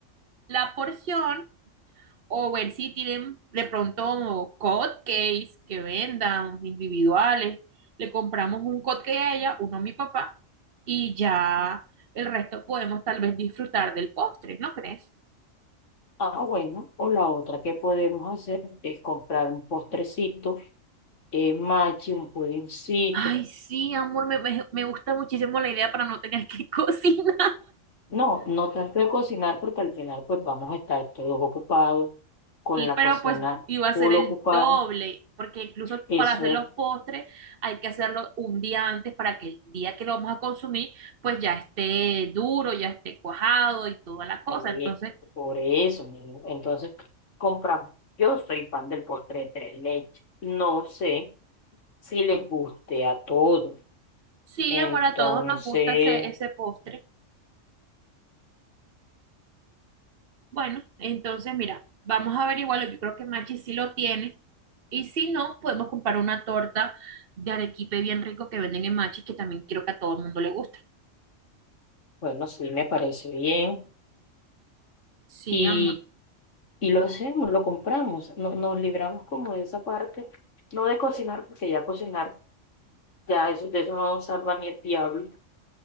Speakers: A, on the right; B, on the left.
A: la porción o ver si tienen de pronto como cupcakes que vendan individuales. Le compramos un cupcake a ella, uno a mi papá, y ya el resto podemos tal vez disfrutar del postre, ¿no crees?
B: Ah, bueno, o la otra que podemos hacer es comprar un postrecito, eh, machi, un pudincito.
A: Ay, sí, amor, me, me- me gusta muchísimo la idea para no tener que <laughs> cocinar.
B: No, no tanto de cocinar porque al final pues vamos a estar todos ocupados con
A: Sí,
B: la
A: pero
B: cocina
A: pues iba a ser
B: full
A: el
B: ocupada.
A: doble, porque incluso
B: Eso
A: para hacer
B: es,
A: los postres hay que hacerlo un día antes para que el día que lo vamos a consumir pues ya esté duro, ya esté cuajado y toda la cosa.
B: eh,
A: Entonces,
B: por eso. niño. Entonces compramos. Yo soy fan del postre de tres leches. No sé si les guste a todos.
A: sí,
B: Entonces,
A: amor, a todos nos gusta ese, ese postre. Bueno, entonces mira, vamos a averiguarlo. Yo creo que Machi sí lo tiene. Y si no, podemos comprar una torta de arequipe bien rico que venden en Machi, que también creo que a todo el mundo le gusta.
B: bueno, sí me parece bien.
A: Sí,
B: Y
A: amor.
B: Y lo hacemos, lo compramos, no, nos libramos como de esa parte, no de cocinar, porque ya cocinar, ya eso, de eso no nos salva ni el diablo,